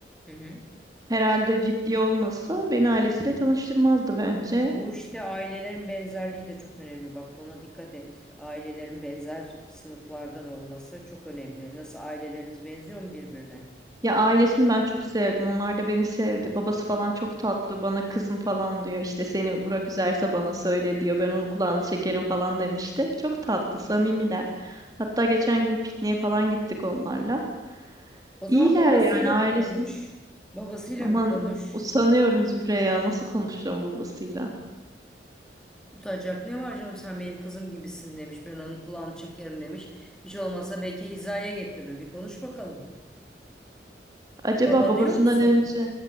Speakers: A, in the centre; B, on the right.
A: Hı hı.
B: Herhalde ciddi olmasa beni ailesiyle tanıştırmazdı bence.
A: Bu işte ailelerin benzerliği de çok önemli. Bak buna dikkat et. Ailelerin benzer sınıflardan olması çok önemli. Nasıl aileleriniz benziyor mu birbirine?
B: Ya ailesini ben çok sevdim. Onlar da beni sevdi. Babası falan çok tatlı. Bana kızım falan diyor. İşte seni Burak üzerse bana söyle diyor. Ben onun kulağını çekerim falan demişti. Çok tatlı, samimiler. Hatta geçen gün pikniğe falan gittik onlarla.
A: O zaman
B: İyiler
A: babasıyla
B: yani ailesi.
A: bir konuş. Babasıyla
B: Aman
A: bir konuş.
B: sanıyorum Zühre ya nasıl konuşacağım babasıyla.
A: Utanacak ne var canım sen benim kızım gibisin demiş. Ben onun kulağını çekerim demiş. Hiç olmazsa belki hizaya getirir. Bir konuş bakalım.
B: Acaba
A: Baba
B: babasından
A: diyor musun?
B: önce